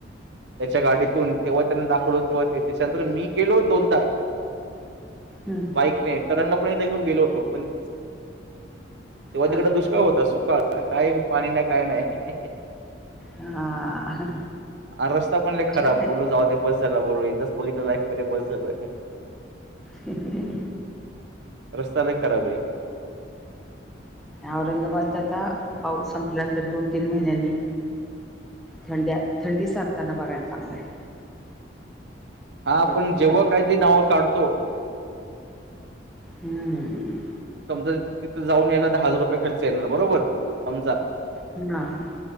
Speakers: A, on the right (about 65°); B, in the centre.
A: त्याच्या गाडीतून तेव्हा त्यांना दाखवलो तेव्हा ते त्याच्यानंतर मी गेलो दोनदा
B: हम्म.
A: बाईकने तरणला पण एकदा घेऊनेलो होतो पण तेव्हा
B: हम्म
A: तिकड दुष्काळ होतात सुकाळ काय पाणी नाही काय नाही
B: हा हा
A: आ रस्ता पण ल खराब
B: छान आहे
A: बोोलो जाऊ ते बस झा बोल एकच बघितलं लाईफ मध्ये बस झालं.
B: ह.
A: रस्ता नाही खराब आहे.
B: औरंगाबाद आता पाऊस संपल्यानंतर दोन तीन महिन्यांनी थंड्या थंडी सारताना बघायला चांगलंय.
A: हा आपण
B: फेब्रुवारी
A: जेव्हा काहीतरी नावं काढतो.
B: हम्म.
A: समजा तिथं जाऊन यायला तर हजार रुपये खर्च येणार बरोबर समजा
B: ह.